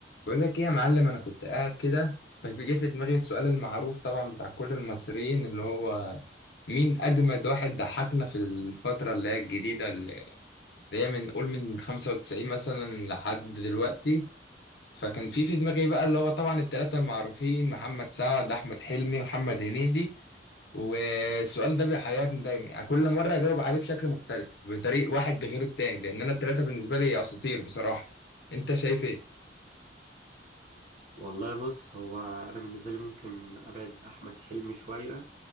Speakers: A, on the left; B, on the right.
A: بقول لك ايه يا معلم انا كنت قاعد كده فجه في دماغي السؤال المعروف طبعا بتاع كل المصريين اللي هو مين اجمد واحد ضحكنا في الفتره اللي هي الجديده اللي هي من قول من 95 مثلا لحد دلوقتي فكان في في دماغي بقى اللي هو طبعا الثلاثه المعروفين محمد سعد احمد حلمي محمد هنيدي والسؤال ده بيحيرني دايما يعني كل مره اجاوب عليه بشكل مختلف بطريق واحد غير التاني لان انا الثلاثه بالنسبه لي اساطير بصراحه انت شايف ايه
B: والله بص هو انا بالنسبه لي ممكن ابعد احمد حلمي شويه